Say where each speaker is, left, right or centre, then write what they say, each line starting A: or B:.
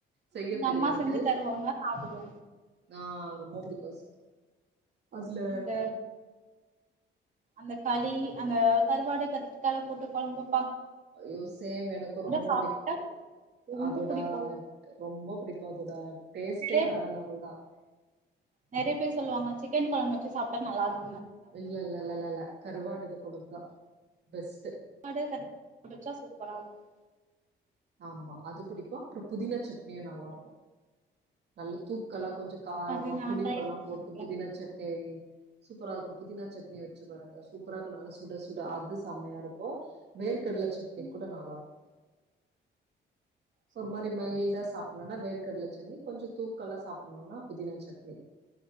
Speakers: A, on the right (about 60°); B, on the right (about 40°).
A: செய்ய
B: எங்க
A: தெரியாது
B: அம்மா செஞ்சு தருவாங்க சாப்புடுவ
A: நா ரொம்ப புடிக் பச அதுல
B: அந்த அந்த களி அந்த கருவாடு கத்திரிக்கால போட்டு குழம்பு
A: ஐயோ சேம் எனக்கு ரொம்ப
B: சாப்ட்டா
A: புடிக்கு
B: ரொம்ப
A: அதோட
B: புடிக்கு
A: ரொம்ப புடிக்கும் அதோட டேஸ்ட்டே
B: <unintelligible>
A: வேற லெவல் தா
B: நெறைய பேர் சொல்லுவாங்க சிக்கன் குழம்புவச்சு சாப்ட்டா நல்ல இருக்கு
A: இல்ல இல்ல இல்ல இல்ல இல்ல ல கருவாடு இது கொழபுதா பெஸ்ட்டு
B: நாடு கச்சா <unintelligible> சூப்பரா இருக்கும்
A: ஆமா அது புடிக்கு அப்றோ புதினா சட்னியு நல்லா இருக்கும் நல்ல தூக்கலா கொஞ்சோ காரமா
B: அது நா
A: புளிப்பெல்லா
B: ட்ரை பண்ணதில்ல.
A: போட்டு புதினா சட்னி சூப்பராருக்கு புதினா சட்னி வச்சு பாருங்க சூப்பராருக்கு நல்லா சுட சுட அது செமையா இருக்கும் வேர்க கடல சட்னி
B: ம்
A: கூட நல்லா இருக்கு
B: சூப்பர்
A: ஒரு மாறி மயில்டா
B: தோழி
A: சாப்டணும்னா வேர் கடலச்சட்னி கொஞ்சோ தூக்கலா சாப்டணும்னா புதினா சட்னி